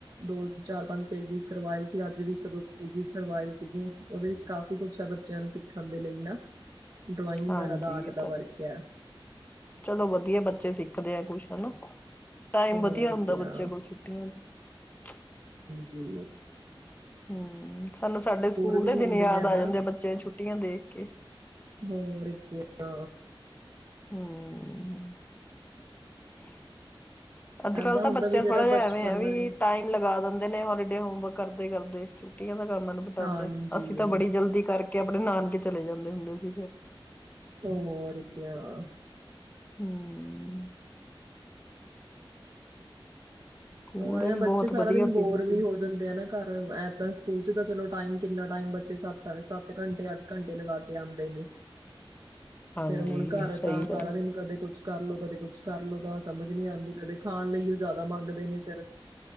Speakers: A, on the right; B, on the left.
A: ਦੋ ਚਾਰ ਪੰਜ ਪੇਜਿਸ ਕਰਵਾਏ ਸੀ ਅੱਜ ਵੀ ਇੱਕ ਦੋ ਪੇਜਿਸ ਕਰਵਾਏ ਸੀਗੇ ਉਹਦੇ ਵਿੱਚ ਕਾਫੀ ਕੁਛ ਆ ਬੱਚਿਆਂ ਨੂੰ ਸਿੱਖਣ ਦੇ ਲਈ ਨਾ। ਡਰਾਇੰਗ ਵਗੈਰਾ
B: ਹਾਂਜੀ
A: ਦਾ ਆਰਟ
B: ਇਹ
A: ਦਾ
B: ਤਾਂ,
A: ਵਰਕ ਆ
B: ਚਲੋ ਵਧੀਆ ਬੱਚੇ ਸਿੱਖੇ ਸਿੱਖ ਦੇ ਆ ਕੁਛ ਹਨਾ। ਟਾਈਮ
A: ਹੋਰ
B: ਵਧੀਆ ਹੁੰਦੈ
A: ਕਿਆ
B: ਬੱਚੇ ਕੋਲ ਛੁੱਟੀਆਂ ਚ
A: ਜੀ।
B: ਹੂੰ। ਸਾਨੂੰ ਸਾਡੇ ਸਕੂਲ
A: ਵੀ
B: ਦੇ
A: ਹੁੰਦੇ
B: ਦਿਨ ਯਾਦ
A: ਨਾ
B: ਆ ਜਾਂਦੇ ਆ ਬੱਚਿਆਂ ਨੂੰ ਛੁੱਟੀਆਂ ਦੇਖ ਕੇ।
A: ਹੋਰ ਕਯਾ।
B: ਹੂੰ। <unintelligible> ਅੱਜ-ਕੱਲ੍ਹ
A: ਏਦਾਂ
B: ਤਾਂ
A: ਹੁੰਦਾ
B: ਬੱਚੇ
A: ਵੀ ਜਿਹੜਾ
B: ਥੋੜਾ ਜਿਆ
A: ਬਚਪਨ
B: ਐਵੇਂ ਐਂ ਵੀ
A: ਹੈ
B: ਟਾਈਮ ਲਗਾ ਦਿੰਦੇ ਨੇ ਹੋਲੀ ਦੇ ਹੋਮਵਰਕ ਕਰਦੇ-ਕਰਦੇ ਛੱਟੀਆਂ ਦਾ <unintelligible> ਬਿਤਾਂਦੇ
A: ਹਾਂਜੀ
B: ਅਸੀ ਤਾਂ ਬੜੀ ਜਲਦੀ ਕਰ ਕੇ ਅਪਣੇ ਨਾਨਕੇ ਚਲੇ ਜਾਂਦੇ ਹੁੰਦੇ ਸੀ ਫਿਰ।
A: ਤੇ ਹੋਰ ਕਯਾ।
B: ਹੂੰ। ਸਕੂਲ
A: ਹੋਰ
B: ਦੇ
A: ਇਯਾ
B: ਵੀ
A: ਬੱਚੇ
B: ਬਹੁਤ
A: ਸਾਰਾ
B: ਵਧੀਆ
A: ਦਿਨ ਬੋਰ
B: ਸੀ
A: ਵੀ ਹੋ ਜਾਂਦੇ ਆ ਨਾ ਘਰ। ਇਦਾਂ ਸਕੂਲ ਚ ਤਾਂ ਚਲੋ ਟਾਈਮ ਕਿੰਨਾ ਟਾਈਮ ਬੱਚੇ ਸੱਤ, ਸੱਤ ਸੱਤ ਘੰਟੇ-ਅੱਠ ਘੰਟੇ ਲਗਾ ਕੇ ਆਂਦੇ ਨੇ।
B: ਹਾਂਜੀ
A: ਫੇਰ ਹੁਣ ਘਰ
B: ਸਹੀ
A: ਤਾਂ ਸਾਰਾ
B: ਗੱਲ
A: ਦਿਨ ਕਦੇ ਕੁਛ ਕਰਲੋ, ਕਦੇ ਕੁਛ ਕਰਲੋ ਤਾਂ ਸਮਝ ਨੀ ਆਂਦੀ। ਕਦੇ ਖਾਣ ਲਈ ਔ ਜਾਦਾ ਮੰਗਦੇ ਨੇ ਫੇਰ